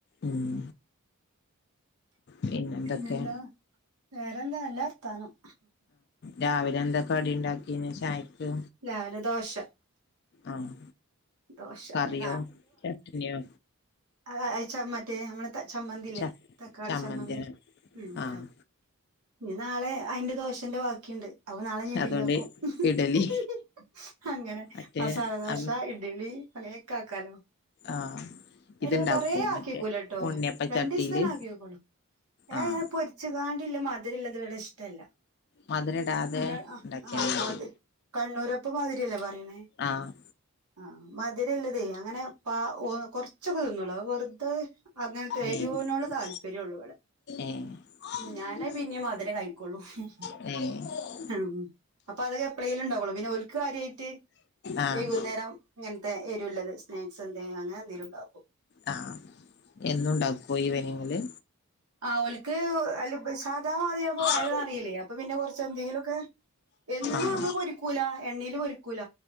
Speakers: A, on the left (about 45°); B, on the right (about 85°).
A: ഉം. പിന്നെന്തൊക്കെ
B: പിന്നെന്താ വേറെന്താ നല്ല വർത്താനം.
A: രാവിലെ എന്താ കടി ഉണ്ടാക്കിനെ ചായക്ക്.
B: രാവിലെ ദോശ.
A: ആഹ്
B: ദോശ
A: കറിയോ
B: ഇനി
A: ചട്ടിണിയോ?
B: ആ അച്ചമ്മറ്റേ നമ്മളെ ചമ്മന്തില്ലേ
A: ച
B: തക്കാളി
A: ചമ്മന്തിയോ
B: ചമ്മന്തി ഉം
A: ആഹ്
B: അത് ഇനി നാളെ അയിന്റെ ദോഷന്റെ ബാക്കിയുണ്ട് അപ്പോ നാളെ ഇടലി
A: അതുകൊണ്ട്
B: ആക്കും ഹ്
A: ഇഡലി
B: ഹ് അങ്ങനെ
A: മറ്റേ
B: മസാലദോശ
A: ആഹ്
B: ഇഡലി അങ്ങനെയൊക്കെ ആക്കാലോ.
A: ആഹ് ഇത്ണ്ടാക്കോ
B: ഒരു കൊറ
A: മറ്റേ
B: ആക്കിക്കൂലട്ടോ
A: ഉണ്ണിയപ്പ
B: രണ്ട്
A: ചട്ടീല്
B: ദിവസം തന്നെ ആക്കിക്കോളൂ ഏ
A: ആഹ്
B: പൊരി രിച്ച്കാണ്ടല്ലെ മധുരല്ലത് വടെ ഇഷ്ടല്ല
A: മധുരടാതെ
B: നമ്മള് ആഹ
A: ഇണ്ടാക്കിയാ
B: അഹ
A: മതി
B: മധ് കണ്ണൂരപ്പ മാതിരിയല്ലേ പറയണേ
A: ആഹ്
B: ആ മധുരംല്ലതെ അങ്ങനെ പ കൊറച്ചൊക്കെ തിന്നുള്ളു വെറുതെ അങ്ങനെ
A: ഏഹ്
B: എരുനോടെ താല്പര്യം ഉള്ളു വിടെ
A: ഏഹ്
B: ഞാന പിന്നെയും മധുരം കഴിക്ക കുള്ളു മ്ഹ്
A: ഉം
B: ഉ അപ്പൊ അതൊക്കെ എപ്ലെങ്കിൽ ഉണ്ടാവുള്ളൂ പിന്നെ ഒൽക്ക് കാര്യയിട്ട്
A: ആഹ്
B: വൈകുന്നേരം. ഇങ്ങനത്തെ ഏരുള്ളത് സ്നാക്സ് എന്തേ അങ്ങനെ എന്തെങ്കിലും ഉണ്ടാവും.
A: ആ എന്നുംണ്ടാക്കോ ഇവനിങ്ങല്?
B: ആ ഒൽക്ക് അല്ല സാധാരണ മതിരിയാവുമ്പോ വയറ്
A: ആഹ്
B: നിറയൂലെ അപ്പൊ പിന്നെ കൊറച്ച് എന്തെങ്കിലുക്കെ എന്നും
A: ആഹ്
B: നമ്മള് പൊരിക്കൂല എണ്ണൽ പൊരിക്കൂല.